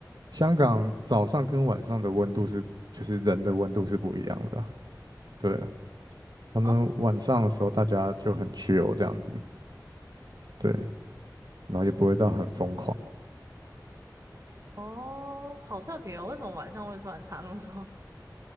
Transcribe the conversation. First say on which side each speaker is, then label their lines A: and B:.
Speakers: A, on the right (about 75°); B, on the right (about 45°).
A: 香港早上跟晚上的温度是，就是人的温度是不一样的啊，对，他们晚上的时候大家就很
B: 哦，
A: chill 这样子，对，然后也不会到很疯狂，
B: 是哦，好特别哦！为什么晚上会突然差那么多？